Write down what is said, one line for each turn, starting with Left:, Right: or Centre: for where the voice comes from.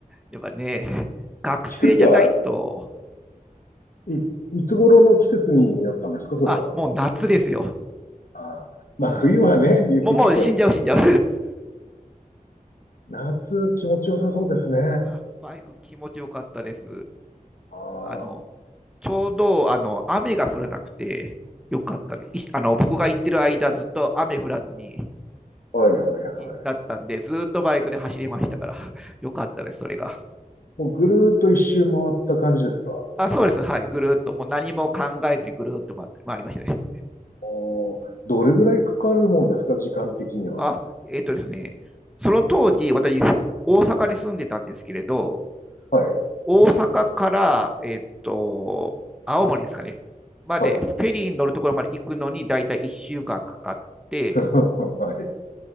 Centre: やっぱね、学生じゃないと、
Left: 季節はい、いつ頃の季節にやったんですかそれは。
Centre: あ、もう夏ですよ。
Left: あまあ、
Centre: も
Left: 冬はね、雪で。
Centre: う、もう、もう死んじゃう、死んじゃう。
Left: 夏、気持ちよさそうですね。
Centre: <laughs> バイク気持ちよかったです。
Left: あ
Centre: あの、ちょうど、あの、雨が降らなくてよかったね。いあの、僕が行ってる間、ずっと雨降らずに、
Left: はいはいはいはい。
Centre: になったんで、ずーっとバイクで走れましたから、<laughs> よかったです、それが。
Left: もうぐるーっと一周回った感じですか
Centre: あ、そうです、はい、ぐるーっと、もう何も考えずにぐるーっと回って、回りましたね。
Left: おーどれぐらいかかるもんですか、時間的には。
Centre: あ、えっとですね、その当時、私、大阪に住んでたんですけれど、
Left: はい、
Centre: 大阪から、えっと、青森ですかね、まで、
Left: はい。
Centre: フェリーに乗るところまで行くのに、だいたい1週間かんかかって、
Left: <laughs> はい。